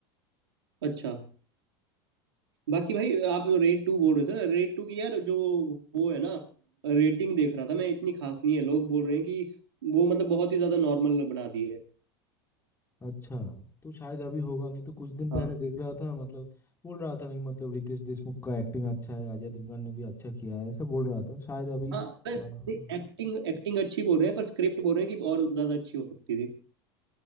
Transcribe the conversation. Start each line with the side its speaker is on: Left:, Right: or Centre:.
Right: अच्छा बाकी भाई आप रेड टू बोल रहे थे रेड टू की यार जो वो है ना रेटिंग देख रहा था मैं इतनी खास नहीं है लोग बोल रहे हैं कि वो मतलब बहुत ही ज्यादा नॉर्मल बना दी है
Left: अच्छा तो शायद अभी होगा मैं तो कुछ दिन पहले
Right: हाँ
Left: देख रहा था मतलब बोल रहा था नहीं मतलब रितेश देशमुख का एक्टिंग अच्छा है अजय देवगन ने भी अच्छा किया है ऐसा बोल रहा था शायद अभी
Right: हाँ एक्टिंग
Left: अ,
Right: एक्टिंग अच्छी बोल रहे हैं पर स्क्रिप्ट बोल रहे हैं कि और ज्यादा अच्छी हो सकती थी